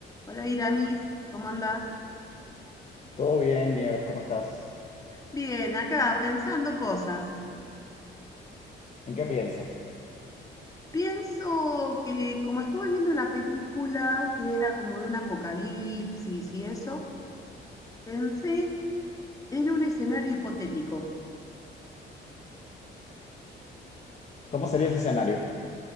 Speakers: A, on the left; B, on the left.
A: Hola Iramis, ¿cómo andás?
B: Todo bien, Nieves, ¿cómo estás?
A: Bien, acá pensando cosas.
B: ¿En qué piensas?
A: Pienso que como estuve viendo una película que era como de un apocalipsis y eso, pensé en un escenario hipotético.
B: ¿Cómo sería ese escenario?